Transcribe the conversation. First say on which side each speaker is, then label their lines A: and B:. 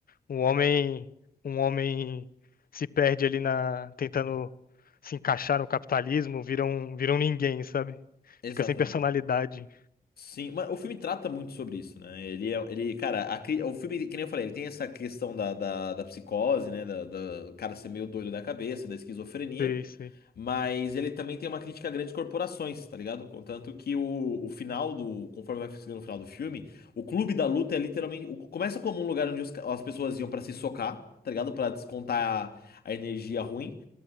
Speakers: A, on the left; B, on the left.
A: Um homem, um homem se perde ali na, tentando se encaixar no capitalismo, vira um, vira um ninguém, sabe?
B: Exatamente.
A: Fica sem personalidade.
B: Sim, mas o filme trata muito sobre isso, né? Ele é, ele, cara, a cri- o filme, que nem eu falei, ele tem essa questão da, da, da psicose, né? Da, da- o cara ser meio doido da cabeça, da esquizofrenia,
A: Sei, sei,
B: mas ele também tem uma crítica a grandes corporações, tá ligado? Contanto que o, o final do, conforme vai ficando o final do filme, o clube da luta é literalmente, o- começa como um lugar onde os ca- as pessoas iam pra se socar, tá ligado? Pra descontar a, a energia ruim,